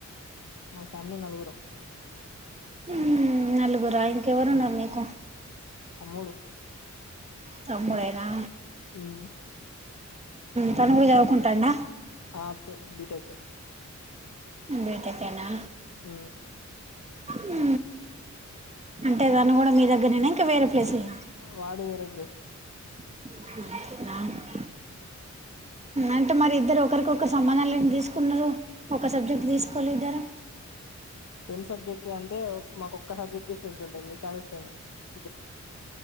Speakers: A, on the left; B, on the right.
A: మా ఫ్యామిలీ నలుగురాం
B: ఆ నలుగురా ఇంక ఎవరు ఉన్నారు మీకు
A: తమ్ముడు
B: తమ్ముడేనా
A: ఉమ్
B: తను కూడా చదువుకుంటాండా
A: ఆ చ బి టెక్ హే
B: బీటెక్ హే నా
A: ఆ
B: హ అంటే తను కూడా మీ దగ్గరనేనా ఇంకా వేరే ప్లేస్ ఆ
A: వాడు వేరే ప్లేస్
B: అ అంటే మరి ఇద్దరు ఒకరికి ఒకరు సంబంధం లేనట్టు తీసుకున్నారు ఒక సబ్జెక్ట్ తీసుకోలేదు ఇద్దరు
A: సేమ్ సబ్జెక్ట్ అంటే మాకోక్క సబ్జెక్ట్ డిఫరెంట్ ఉంటుంది మిగతా అంత సేమ్ హే